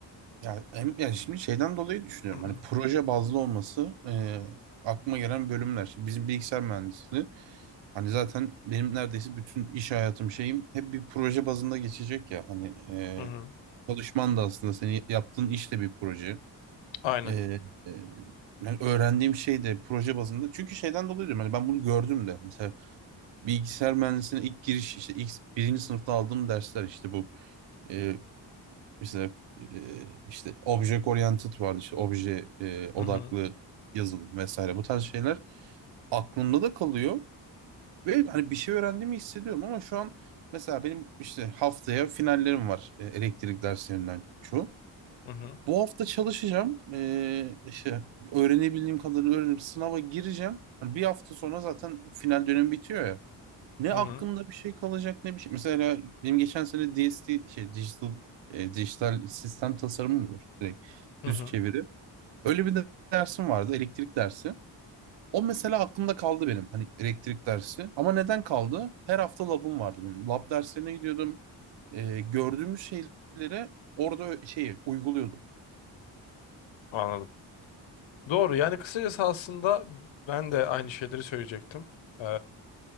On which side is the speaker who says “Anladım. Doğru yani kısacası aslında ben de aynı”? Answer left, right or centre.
Left